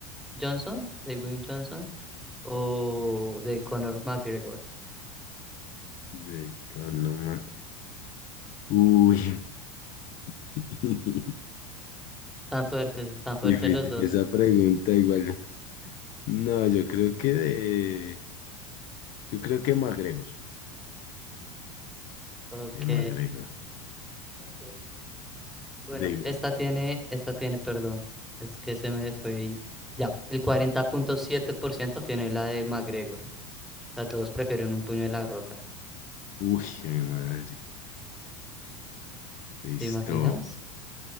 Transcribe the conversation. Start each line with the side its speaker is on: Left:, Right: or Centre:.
Centre: Johnson, Dwayne Johnson, o de Conor McGregor.
Left: De con- no ma- Uy. <laughs>
Centre: Están fuertes, están fuertes
Left: Difícil
Centre: los dos.
Left: esa pregunta, igual. No, yo creo que de. Yo creo que McGregor.
Centre: Ok.
Left: De McGregor.
Centre: Ok. Bueno,
Left: De.
Centre: esta tiene, esta tiene, perdón, es que se me fue ahí. Ya, el 40.7% tiene la de McGregor. O sea, todos prefieren un puño de La Roca.
Left: Uy, mi madre. Listo.
Centre: ¿Te imaginas?